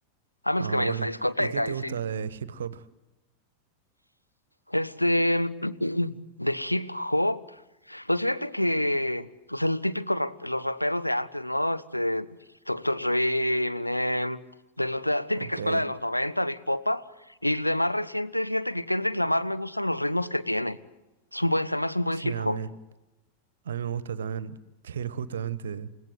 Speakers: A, on the left; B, on the right.
A: A menos
B: Ah,
A: que vayas
B: bueno.
A: a discoteca,
B: ¿Y qué te
A: ahí
B: gusta
A: sí.
B: de hip hop?
A: Este, <clears throat> de hip hop. Pues fíjate que, pues el típico rap- los raperos de antes, ¿no? Este, Doctor Dre, Eminem, de los- la típica
B: Ok.
A: escuela de los 90, Big Popa. Y el de más reciente, fíjate que Kendrick Lamar me gustan los ritmos que tiene. Es un buen, se me hace un buen
B: Sí,
A: hip
B: a
A: hop.
B: mí. A mí me gusta también que él justamente,